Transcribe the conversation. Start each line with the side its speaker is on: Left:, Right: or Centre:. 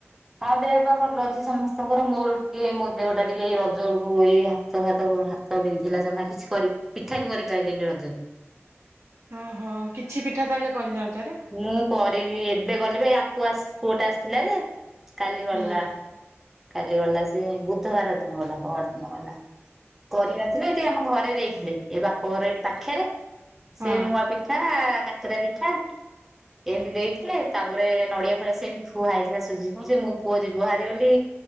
Centre: ହଁ ଆଉ ଦେହ ପା ଭଲ ଅଛି ସମସ୍ତଙ୍କର। ମୋର ଟିକେ ମୋ ଦେହ ଟା ଟିକିଏ ଏଇ ରଜ ବେଳକୁ ଏଇ ହାତ ଭାତ ହାତ ବିନ୍ଧିଲା ଜମା କିଛି କରିି ପିଠା ବି କରିପାରିଲିନି ରଜକୁ
Right: ଓହୋ କିଛି ପିଠା ତାହେଲେ କରିନରତରେ
Centre: ମୁଁ କରିବି ଏବେ <unintelligible> ପୁଅଟେ ଆସିଥିଲା ଯେ କାଲି ଗଲା।
Right: ହୁଁ।
Centre: କାଲି ଗଲା ସେ ବୁଧବାର ଦିନ ଗଲା ପଅରଦିନ ଗଲା। କରିନଥିଲେ ଏଠି ଆମ ଘରେ ଦେଇଥିଲେ ଏ ବାପଘର ଏଇଠି ପାଖରେ
Right: ହଁ
Centre: ସେ ମୁଁଆ ପିଠା କାକରା ପିଠା ଏମିତି ଦେଇ ଥିଲେ ତାପରେ ନଡିଆ ଫଡିଆ ସେମିତି ଠିଆ ହେଇଥିଲା ସୁଜି ମୋ ପୁଅ ଯିବହାରି ବୋଲି